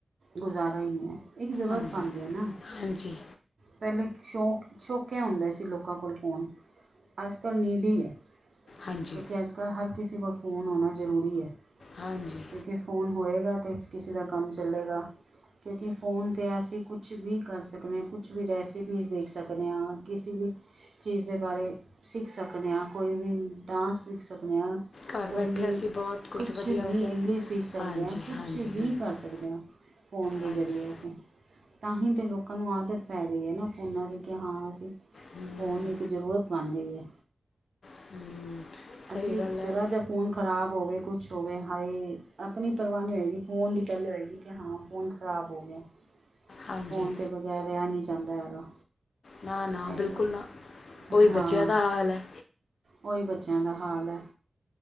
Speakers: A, on the right (about 75°); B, on the left (about 85°).
A: ਗੁਜ਼ਾਰਾ ਹੀ ਨਹੀਂ ਹੈ ਇੱਕ ਜ਼ਰੂਰਤ
B: ਹਾਂਜੀ
A: ਬਣ ਗਿਆ ਨਾ
B: ਹਾਂਜੀ।
A: ਪਹਿਲੇ ਸ਼ੌਕ ਸ਼ੋਕੇ ਹੁੰਦੇ ਸੀ ਲੋਕਾਂ ਕੋਲ ਫੋਨ। ਅਜ ਕੱਲ੍ਹ ਨੀਡੀ ਹੀ ਹੈ
B: ਹਾਂਜੀ
A: ਕਿਉਂਕਿ ਅਜ ਕੱਲ ਹਰ ਕਿਸੀ ਕੋਲ ਫ਼ੋਨ ਹੋਣਾ ਜ਼ਰੂਰੀ ਹੈ।
B: ਹਾਂਜੀ।
A: ਕਿਉਂਕਿ ਫੋਨ ਹੋਏਗਾ ਤੇ ਕਿਸੇ ਦਾ ਕੰਮ ਚੱਲੇਗਾ। ਕਿਉਂਕਿ ਫੋਨ 'ਤੇ ਅਸੀਂ ਕੁਛ ਵੀ ਕਰ ਸਕਨੇ। ਕੁਛ ਵੀ ਰੈਸਪੀਜ਼ ਦੇਖ ਸਕਦੇ ਹਾਂ ਕਿਸੀ ਵੀ ਚੀਜ਼ ਦੇ ਬਾਰੇ ਸਿੱਖ ਸਕਦੇ ਹਾਂ ਕੋਈ ਵੀ ਡਾਂਸ ਸਿੱਖ ਸਕਦੇ ਹਾਂ
B: ਘਰ
A: ਕੋਈ
B: ਬੈਠੇ
A: ਵੀ
B: ਅਸੀਂ ਬਹੁਤ ਕੁਝ
A: ਕੁਛ
B: ਵਧੀਆ
A: ਵੀ
B: ਵਧੀਆ
A: ਇੰਗਲਿਸ਼ ਸਿੱਖ ਸਕਦੇ
B: ਹਾਂਜੀ
A: ਹਾਂ ਕੁਛ
B: ਹਾਂਜੀ
A: ਵੀ
B: ਹਾਂਜੀ
A: ਕਰ ਸਕਦੇ ਹਾਂ। ਫੋਨ ਦੇ
B: ਹਾਂਜੀ
A: ਜ਼ਰੀਏ ਅਸੀਂ। ਤਾਂ ਹੀ ਤਾਂ ਲੋਕਾਂ ਨੂੰ ਆਦਤ ਪੈ ਗਈ ਹੈ ਨਾ ਫੋਨਾਂ ਦੀ ਕਿ ਹਾਂ ਅਸੀਂ
B: ਹੂੰ
A: ਫੋਨ ਇੱਕ ਜ਼ਰੂਰਤ ਬਣ ਗਈ ਹੈ।
B: ਹੂੰ। ਸਹੀ
A: ਅਸੀਂ
B: ਗੱਲ ਹੈ
A: ਜਰ੍ਹਾ ਜਾ ਫ਼ੋਨ ਖ਼ਰਾਬ ਹੋਵੇ ਕੁਛ ਹੋਵੇ ਹਾਏ ਆਪਣੀ ਪਰਵਾ ਨਹੀਂ ਹੋਏਗੀ ਫੋਨ ਦੀ ਪਹਿਲੇ ਹੋਏਗੀ ਕਿ ਹਾਂ ਫੋਨ ਖ਼ਰਾਬ ਹੋ ਗਿਆ
B: ਹਾਂਜੀ
A: ਫੋਨ ਦੇ ਬਗੈਰ ਰਿਹਾ ਨਹੀਂ ਜਾਂਦਾ ਹੈਗਾ
B: ਨਾ-ਨਾ
A: ਇਹ
B: ਬਿਲਕੁਲ ਨਾ ਉਹੀ
A: ਹਾਂ
B: ਬੱਚਿਆਂ ਦਾ ਹਾਲ ਹੈ।
A: ਉਹੀ ਬੱਚਿਆਂ ਦਾ ਹਾਲ ਹੈ।